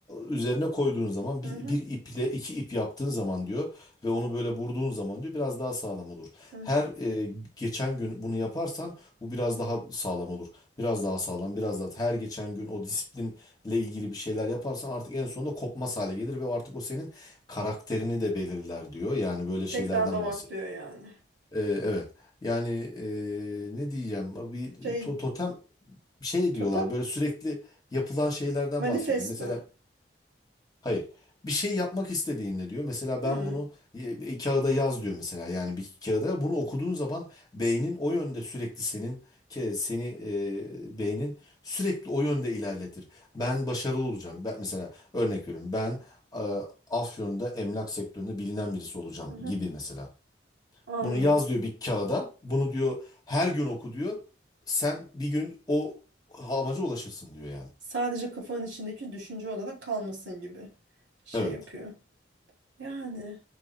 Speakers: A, on the left (about 20°); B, on the right (about 85°).
A: üzerine koyduğun zaman
B: Hı
A: bir,
B: hı
A: bir iple iki ip yaptığın zaman diyor ve onu böyle vurduğun zaman diyor biraz daha sağlam olur.
B: hı. hı.
A: Her e, geçen gün bunu yaparsan bu biraz daha sağlam olur. Biraz daha sağlam, biraz daha. Her geçen gün o disiplinle ilgili bir şeyler yaparsan artık en sonunda kopmaz hale gelir ve o artık o senin karakterini de belirler diyor. Yani böyle
B: Tekrarlamak
A: şeylerden bahsediyor.
B: diyor yani.
A: E, evet. Yani e, ne diyeceğim? Bir to-
B: Şey
A: totem şey
B: totem.
A: diyorlar. Böyle sürekli yapılan şeylerden
B: Manifesto.
A: bahsediyor. Mesela Hayır. Bir şey yapmak istediğinde diyor. Mesela
B: Hı,
A: ben bunu e, bir kağıda yaz diyor mesela. Yani bir kağıda bunu okuduğun zaman beynin o yönde sürekli senin ke- seni e, beynin sürekli o yönde ilerletir. Ben başarılı olacağım. Ben mesela örnek veriyorum. Ben e, Afyon'da emlak sektöründe bilinen birisi olacağım
B: hı, hı.
A: gibi mesela.
B: Anladım.
A: Bunu yaz diyor bir kağıda. Bunu diyor her gün oku diyor. Sen bir gün o amaca ulaşırsın diyor yani.
B: Sadece kafanın içindeki düşünce olarak kalmasın gibi şey
A: Evet.
B: yapıyor. Yani